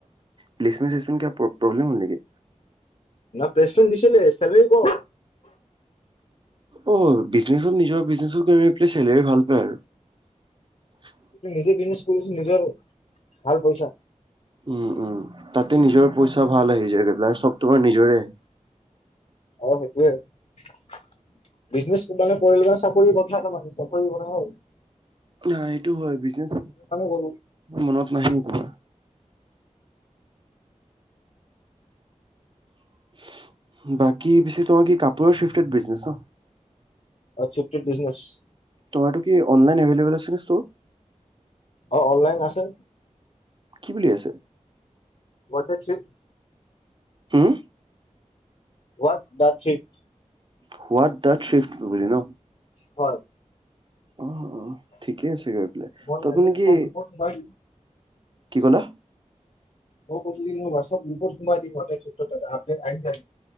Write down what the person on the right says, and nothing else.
প্লেচমেন্ট চচমেট ক প্ৰব্লেম হল নেকি
অ বিজনেচত নিজৰ বিজনেচত গ মেল পেলাই চলেৰি ভাল পায় আৰু।
উম উম। তাতে নিজৰ পইচা ভাল আহি যায় গৈ পেলাই চব তোমাৰ নিজৰে আহে।
ন এইটো হয় বিজনেছ
মনত নাহে তোমাৰ <unintelligible> বাকী বেছিটো কি কাপ তো শিফকত বিজনেছ!
তোমাৰতো কি অনলাইন এভেইলেবল আছে ন ছ।
কি বুলি আছে?
হম!
হোৱাট দাট শ্বিফ্ট বুলি ন।
অ ঠিকেই আছে গৈ পেলাই
তপনি
কি
কি ক'লা?